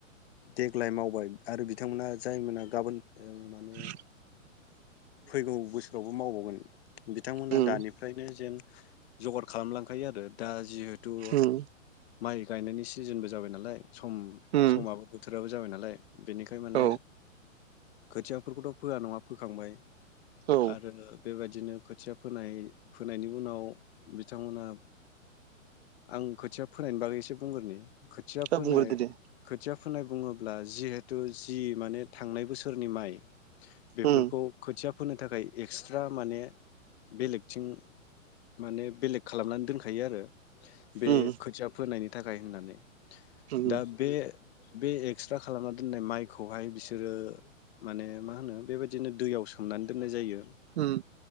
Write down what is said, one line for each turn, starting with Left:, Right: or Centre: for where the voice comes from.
Left: देगलाय मावबाय आरो बिथांमोना जायमोना गाबोन
Right: <inaudible>
Left: ओ माने
Right: <unintelligible>
Left: फैगौ बोसोरावबो मावबावगोन बिथांमोनहा
Right: उम
Left: दानिफ्रायनो जेन जगार खालामलांखायो आरो दा जिहे द'
Right: उम
Left: माइ गायनायनि सिजोनबो जाबाय नालाय सम
Right: उम
Left: समाबो बोथोर फ्राबो जाबाय नालाय बेनिखाय माने
Right: औ
Left: खोथियाफोरखौथ' फोआ नंङा फोखांबाय।
Right: औ
Left: आरो बेबायद बिदिनो खोथिया फोनाय फोनायनि उनाव बिथांमोनहा आं खोथिया फोनायनि बागै एसे बुंग्रोनि। खोथिया
Right: दा
Left: फोनाय
Right: बुंग्रोदो दे
Left: खोथिया फोनाय बुङोब्ला जिहेथ तु जि माने थांनाय बोसो फोरनि माइ बेफोरखौ
Right: उम
Left: खोथिया फोनो थाखाय एक्सट्रा माने बेलेगथिं माने बेलेग खालामनानै दोनखायो आरो बे
Right: उम
Left: खोथिया फोनायनि थाखाय होननानै। दा
Right: उम
Left: बे बे एक्स्रा खालामना दोन्नाय माइखौहाय बिसोरो माने मा होनो बेबायदिनो सोमनानै दोननाय जायो।
Right: उम